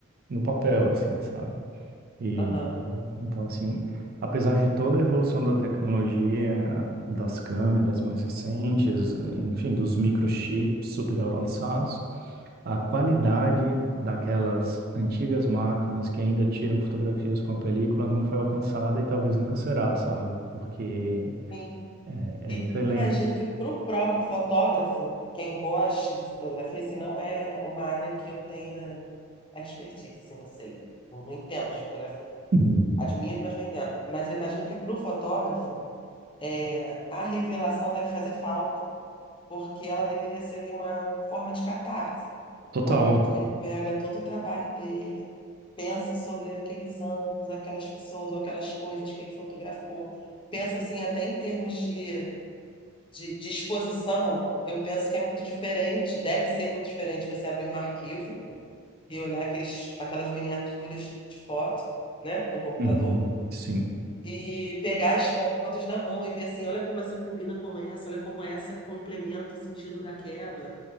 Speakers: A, on the right; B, on the left.
A: no papel, assim, sabe? E
B: aham,
A: então, assim, apesar de toda a evolução da tecnologia, das câmeras mais recentes, enfim, dos microchips super avançados a qualidade daquelas antigas máquinas que ainda tiram fotografias com a película não foi alcançada e talvez nunca será, sabe? Porque
B: sim.
A: é, é
B: E
A: excelente.
B: imagino que para o próprio fotógrafo, quem gosta de fotografia, assim, não é uma área que eu tenha expertise, assim, não sei. Eu não entendo de fotografia.
A: Uhum.
B: Admiro, mas não entendo. Mas eu imagino que para o fotógrafo, é, a revelação deve fazer falta, porque ela deveria ser ali uma forma de catarse.
A: Total.
B: É o momento que ele pega todo o trabalho dele, pensa sobre aqueles ângulos, aquelas pessoas ou aquelas coisas que ele fotografou. Pensa, assim, até em termos de de, de exposição, eu penso que é muito diferente, deve ser muito diferente você abrir um arquivo e olhar aqueles, aquelas miniaturas de foto, né, no computador,
A: Uhum. Sim.
B: e pegar as fotos na mão e ver assim, olha como essa combina com essa, olha como essa complementa o sentido daquela,